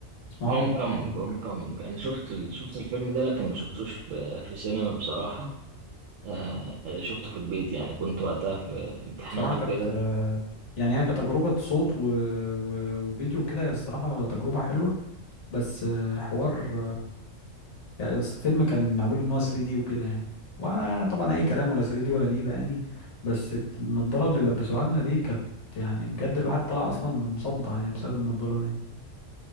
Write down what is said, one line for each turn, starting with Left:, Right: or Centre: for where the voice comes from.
Left: اسمه
Right: هوم
Left: هوم
Right: كامينج
Left: كومينج
Right: هوم كامينج انا شفت ال- شفت الفيلم ده لكن ما شفتوش في في سينما بصراحة آه، شفته في البيت يعني كنت وقتها في, في امتحانات
Left: بصراحه كانت
Right: وكده
Left: آه، يعني هي كتجربه صوت و... و... وفيديو كده هي الصراحه تجربه حلوه بس آه، حوار يعني بس الفيلم كان معمول ان هو 3 دي وكده يعني وطبعا اي كلام ولا 3 دي ولا نيله يعني بس النضاره اللي لبسوها لنا دي كانت يعني بجد الواحد طلع اصلا مصدع يعني بسبب النضاره دي